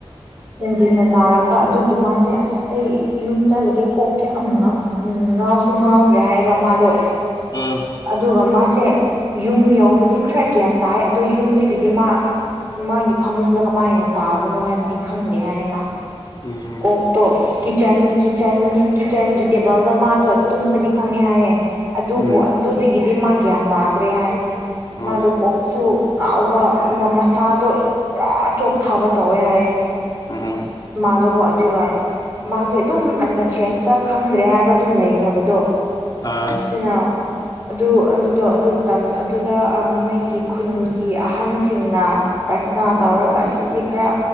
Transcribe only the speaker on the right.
ꯖꯤꯟꯅ ꯅꯥꯔꯛꯄ ꯑꯗꯨꯒꯤ ꯃꯥꯁꯦ ꯑꯁ ꯑꯩ ꯌꯨꯝ ꯆꯠꯂꯒꯦ ꯀꯣꯛ ꯀ ꯑꯃꯨꯛ ꯎ ꯉꯥꯎꯁꯨ ꯉꯥꯎꯈ꯭ꯔꯦ ꯍꯥꯏꯕ ꯃꯥꯗꯣ
ꯑꯗꯨꯒ ꯃꯥꯁꯦ ꯌꯨꯝ ꯌꯎꯕꯗꯤ ꯈꯔ ꯒ꯭ꯌꯥꯟ ꯇꯥꯏ ꯑꯗꯣ ꯌꯨꯝꯗꯒꯤꯗꯤ ꯃꯥ ꯃꯥꯒꯤ ꯐꯃꯨꯡꯗ ꯀꯃꯥꯏꯅ ꯇꯥꯕꯅꯣ ꯍꯥꯏꯕꯗꯤ ꯈꯪꯗꯦ ꯍꯥꯏꯌꯦ ꯑꯃ
ꯀꯣꯛꯇꯣ ꯀꯤꯠꯆꯟ ꯀꯤꯠꯆꯟ ꯀꯤꯠꯆꯟꯒꯤ ꯇꯦꯕꯜꯗ ꯃꯥꯗꯣ ꯇꯨꯝꯕꯗꯤ ꯈꯪꯉꯦ ꯍꯥꯏꯌꯦꯦ ꯑꯗꯨꯕꯨ
ꯑꯗꯨꯗꯒꯤꯗꯤ ꯃꯥ ꯒ꯭ꯌꯥꯟ ꯇꯥꯗ꯭ꯔꯦ ꯍꯥꯏ ꯃꯥꯗꯣ
ꯀꯣꯛꯁꯨ ꯉꯥꯎꯕ ꯃꯁꯥꯗꯣ ꯄꯨꯔꯥ ꯆꯣꯞ ꯊꯥꯕ ꯇꯧꯋꯦ ꯍꯥꯏꯌꯦꯦ
ꯏꯃꯥꯗꯀꯣ ꯑꯗꯨꯒ ꯃꯥꯁꯦ ꯑꯗꯨꯝ ꯑꯟꯀꯟꯁꯤꯌꯁꯇ ꯈꯪꯗ꯭ꯔꯦ ꯍꯥꯏꯕ ꯑꯗꯨꯝ ꯂꯩꯈ꯭ꯔꯕꯗꯣ
ꯐꯔꯥꯎ ꯑꯗꯨ ꯑꯗꯨꯗꯣ ꯑꯗꯨ ꯑꯗꯨꯗ ꯃꯣꯏꯒꯤ ꯈꯨꯟꯒꯤ ꯑꯍꯟꯁꯤꯡꯅ ꯄ꯭ꯔꯥꯊꯅꯥ ꯇꯧꯔꯒ ꯑꯁꯤꯗꯤ ꯈꯔ